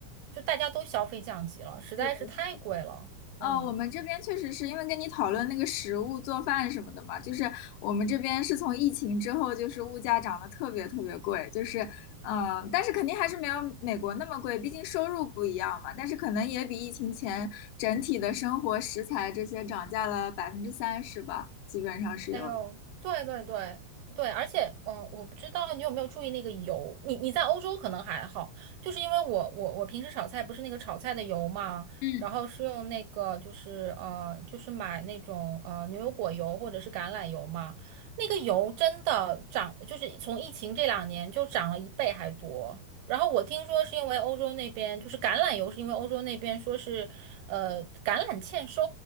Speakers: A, on the right (about 80°); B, on the left (about 80°).
A: 就大家都消费降级了，实在是太贵了。
B: 是的，呃，
A: 嗯，
B: 我们这边确实是因为跟你讨论那个食物做饭什么的嘛，就是我们这边是从疫情之后，就是物价涨得特别特别贵，就是嗯、呃但是肯定还是没有美国那么贵，毕竟收入不一样嘛，但是可能也比疫情前整体的生活食材这些涨价了百分之三十吧，基本上是有的。
A: 哎呦，对对对对，而且，嗯，我不知道你有没有注意那个油，你你在欧洲可能还好，就是因为我我我平时炒菜不是那个炒菜的油嘛，
B: 嗯
A: 然后是用那个就是呃就是买那种呃牛油果油或者是橄榄油嘛，那个油真的涨，就是从疫情这两年就涨了一倍还多。然后我听说是因为欧洲那边就是橄榄油，是因为欧洲那边说是呃橄榄欠收。